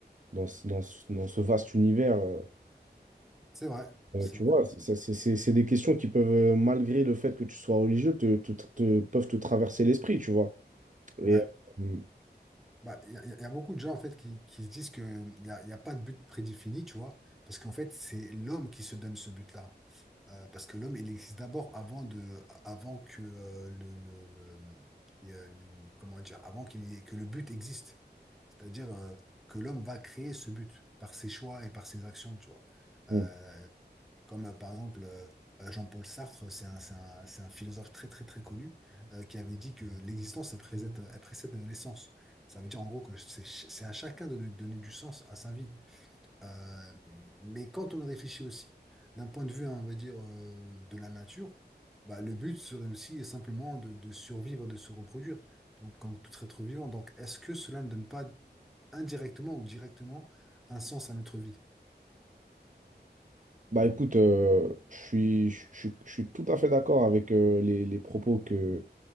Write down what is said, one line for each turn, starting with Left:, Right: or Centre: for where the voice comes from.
Right: dans, ce, dans ce- dans ce vaste univers euh,
Centre: C'est vrai,
Right: euh,
Centre: c'est
Right: tu
Centre: vrai.
Right: vois, c'est c'est- c'est- c'est- c'est des questions qui peuvent, euh, malgré le fait que tu sois religieux, te, te- te- peuvent te traverser l'esprit, tu vois.
Centre: Ouais.
Right: Et, euh,
Centre: Bah, il y, a y a- y a beaucoup de gens en fait qui, qui se disent qu'il n'y a, y a pas de but prédéfini, tu vois, parce qu'en fait, c'est l'homme qui se donne ce but-là. Euh, parce que l'homme, il existe d'abord avant de, avant que euh, le, le, le- euh, le- comment dire, avant qu'il y ait- que le but existe. C'est-à-dire euh, que l'homme va créer ce but par ses choix et par ses actions, tu vois.
Right: bon.
Centre: Euh, comme euh, par exemple euh, euh, Jean-Paul Sartre, c'est un, c'est un- c'est un philosophe très très très connu euh, qui avait dit que l'existence elle précède, elle précède l'essence. Ça veut dire en gros que c'est ch- c'est à chacun de donner du sens à sa vie. Euh, mais quand on réfléchit aussi d'un point de vue, hein, on va dire, euh, de la nature, bah, le but serait aussi simplement de, de survivre, de se reproduire, donc comme tout être vivant. Donc est-ce que cela ne donne pas indirectement ou directement un sens à notre vie?
Right: Bah écoute, euh, je suis, je, je- je suis tout à fait d'accord avec euh, les, les propos que,